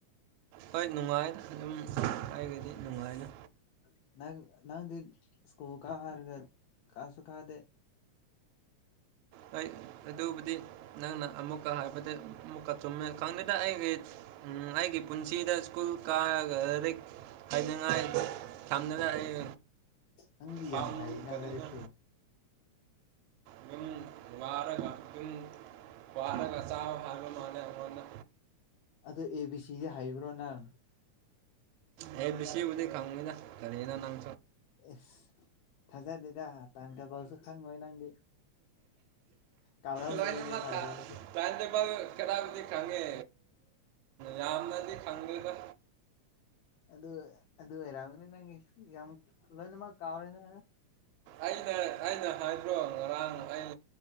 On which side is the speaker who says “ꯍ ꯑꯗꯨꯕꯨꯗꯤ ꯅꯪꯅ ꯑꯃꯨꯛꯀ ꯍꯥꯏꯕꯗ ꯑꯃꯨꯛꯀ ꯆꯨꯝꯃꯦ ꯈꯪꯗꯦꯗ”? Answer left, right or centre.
Right